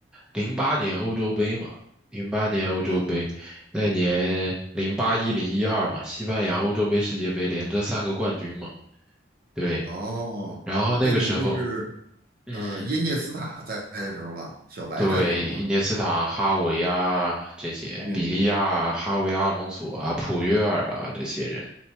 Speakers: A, in the centre; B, on the right (about 50°).
A: 零八年欧洲杯嘛，零八年欧洲杯，
B: 哦
A: 那年零八一零一二嘛，西班牙欧洲杯、世界杯连着三个冠军嘛，对，
B: 哦，
A: 然后那个时候，
B: 那你就是
A: 嗯，
B: 嗯、呃耶涅斯塔在的时候吧，小白在的时候吧。
A: 对，伊涅斯塔、哈维啊这些，
B: 嗯，
A: 比利亚啊哈维、阿隆索啊、普约尔啊这些人。